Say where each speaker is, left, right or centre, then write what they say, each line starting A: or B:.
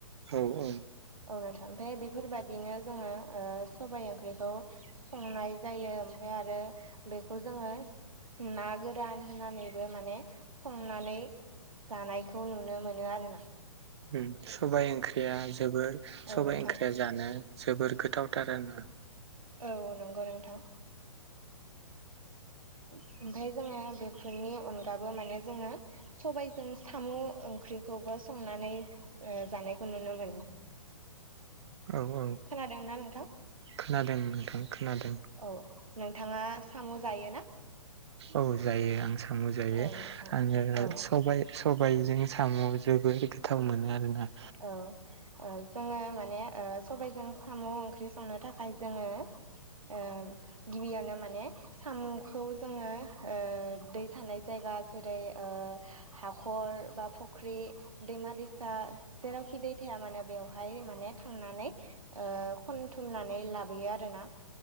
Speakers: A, on the right (about 50°); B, on the right (about 80°).
A: औ औ
B: औ नोंथा ओमफाय बेफोरबायदिनो जोङो ओ सबाइ ओंख्रिखौ संनाय जायो ओमफाय आरो बेखौ जोङो ना गोरान होनानैबो माने संनानै दानायखौ नुनो मोनो आरो ना
A: ओम सबाइ ओंख्रिया जोबोर
B: औ
A: सबाइ
B: नोंथां
A: ओंख्रिया जानो जोबोर गोथावथार आरो ना।
B: औ नंगौ नोंथां ओमफाय जोङो बेफोरनि अनगाबो माने जोङो सबायजों साम' ओंख्रिखौबो संनानै ओ जानाय क नुनो मोनो
A: औ औ
B: खोनादोंना नोंथां?
A: खोनादों नोंथां खोनादों
B: औ नोंथाङा साम' जायो ना?
A: औ जायो आं साम' जायो
B: औ नोंथां
A: आङो
B: औ
A: सबाय सबायजों साम' जोबोर गोथाव मोनो आरोना।
B: औ ओ जोङो माने ओ सबायजों साम' ओंख्रि संनो थाखाय जोङो ओ गिबियावनो माने साम'खौ जोङो ओ दै थानाय जायगा जेरै ओ हाखर बा फुख्रि दैमा दैसा जेरावखि दै थाया मानो बेवहाय माने थांनानै ओ खनथुमनानै लाबोयो आरोना